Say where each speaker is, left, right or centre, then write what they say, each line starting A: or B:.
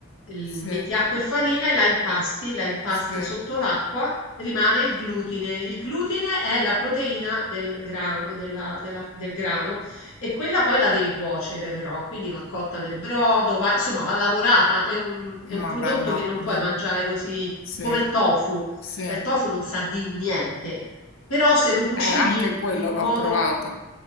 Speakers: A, on the left; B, on the left.
A: il-
B: Sì,
A: metti acqua e farina e la impasti, la impasti
B: sì.
A: sotto l'acqua, rimane il glutine. Il glutine è la proteina del grano, della- della- del grano e quella poi la devi cuocere però, quindi va cotta nel brodo, va- insomma va lavorata, è un, è un
B: Vabbè,
A: prodotto
B: no.
A: che non
B: mm,
A: puoi mangiare così
B: Sì,
A: come il tofu,
B: sì.
A: cioè
B: Eh,
A: il tofu non sa di niente, però se lo cucini
B: anche quello
A: in modo...
B: l'ho provato.